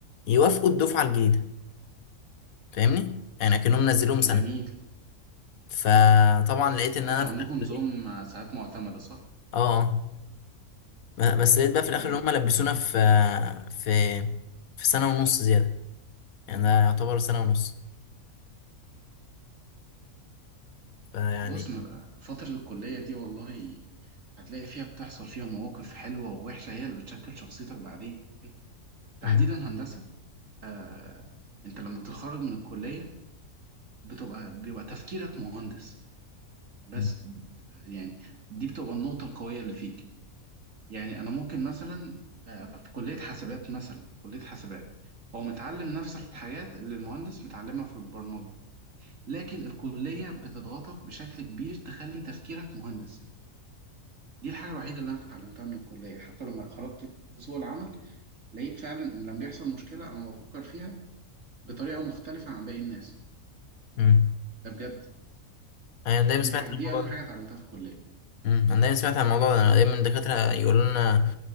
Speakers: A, on the left; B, on the right.
A: يوافقوا الدفعة الجديدة فاهمني؟ يعني أكنهم نزلوهم
B: جميل
A: سنة فطبعا لقيت إن
B: انتوا
A: أنا في
B: عندكم
A: الآخر
B: نظام
A: إيه؟
B: آه، ساعات معتمدة صح؟
A: آه آه. بس لقيت بقى في الآخر
B: مم.
A: إن هما لبسونا في في في سنة ونص زيادة يعني ده يعتبر سنة ونص فيعني
B: بص م- فترة الكلية دي والله هتلاقي فيها بتحصل فيها مواقف حلوة ووحشة هي اللي بتشكل شخصيتك بعدين تحديدا
A: مم.
B: هندسة آه، انت لما بتتخرج من الكلية بتبقى بيبقى تفكيرك مهندس بس
A: مم.
B: يعني دي بتبقى النقطة القوية اللي فيك يعني انا ممكن مثلا آه، في كلية حاسبات مثلا كلية حاسبات هو متعلم نفس الحاجات اللي المهندس متعلمها في البرمجة لكن الكلية بتضغطك بشكل كبير تخلي تفكيرك مهندس دي الحاجة الوحيدة اللي انا اتعلمتها من الكلية حتى لما خرجت سوق العمل لقيت فعلا ان لما بيحصل مشكلة انا بفكر فيها بطريقة مختلفة عن باقي الناس
A: مم.
B: ده بجد
A: أيوة أنا دايما
B: دي
A: سمعت
B: الحاجة دي
A: الموضوع
B: أهم
A: ده
B: حاجة اتعلمتها في الكلية
A: مم. انا دايما سمعت عن الموضوع ده أنا دايما الدكاترة يقولوا لنا